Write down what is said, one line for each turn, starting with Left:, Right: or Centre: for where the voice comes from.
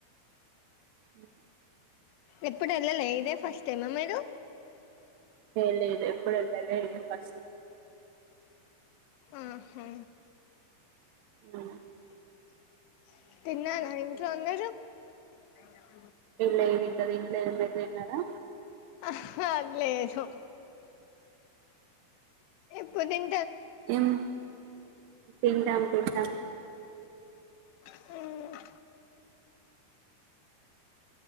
Right: ఉ
Left: ఎప్పుడు వెళ్ళలే ఇదే ఫస్ట్ టైమా మీరు
Right: చూడాలే ఎప్పుడు వెళ్ళలే ఇదే ఫస్ట్
Left: ఆహా
Right: అ
Left: చుక్‌ చుక్. తిన్నాను ఇంట్లో అందరూ. అయో
Right: లేదు ఇంకా తిన్న లేదు మే. తిన్నరా.
Left: అహా లేదు ఎప్పుడు ఇం.
Right: ఏం తింటాం తింటాం.
Left: హ్మ్.